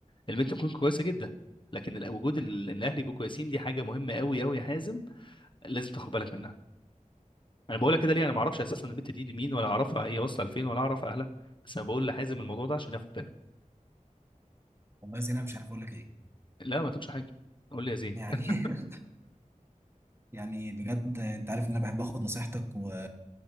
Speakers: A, on the left; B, on the right.
A: البنت ممكن كويسه جدا لكن ال- وجود ال- ان الاهل يبقوا كويسين دي حاجه مهمه قوي قوي يا حازم لازم تاخد بالك انا بقولها كده ليه انا ما اعرفش اساسا البت دي دي مين ولا اعرفها هي واصله لفين ولا اعرف اهلها بس انا بقول لحازم الموضوع ده عشان ياخد باله
B: والله زين انا مش عارف اقول لك ايه
A: لا ما تقولش حاجه قول لي يا زين
B: يعني
A: <laughs>
B: <laughs> يعني بجد انت عارف ان انا بحب اخد نصيحتك و...